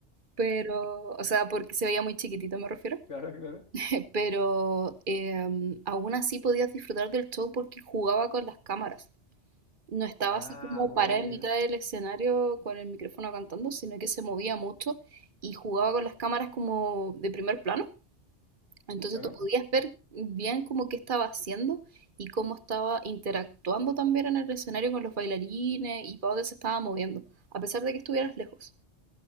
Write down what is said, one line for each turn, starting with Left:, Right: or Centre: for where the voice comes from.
Right: Pero, o sea, porque se veía muy chiquitito, me refiero.
Left: Claro, claro.
Right: <laughs> Pero eh, aún así podías disfrutar del show porque jugaba con las cámaras. No estaba
Left: Ah,
Right: así como
Left: buena.
Right: parada en mitad del escenario con el micrófono cantando, sino que se movía mucho y jugaba con las cámaras como de primer plano. Entonces
Left: Claro.
Right: tú podías ver bien como qué estaba haciendo y cómo estaba interactuando también en el escenario con los bailarines y para dónde se estaba moviendo, a pesar de que estuvieras lejos.